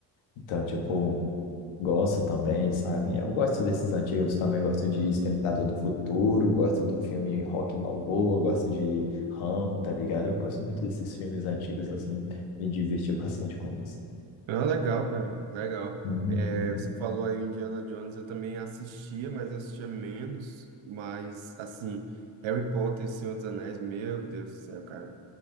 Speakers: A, on the left; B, on the right.
A: Então, tipo, gosto também, sabe? Eu gosto desses antigos também, gosto de Exterminador do Futuro, gosto do filme Rock Balboa, gosto de Rambo, tá ligado? Eu gosto muito desses filmes antigos, assim, me diverti bastante com isso.
B: Ah, legal, cara, legal.
A: Uhum.
B: É, você falou aí o Indiana Jones, eu também assistia, mas eu assistia menos. Mas, assim, Harry Potter e Senhor dos Anéis, meu Deus do céu, cara.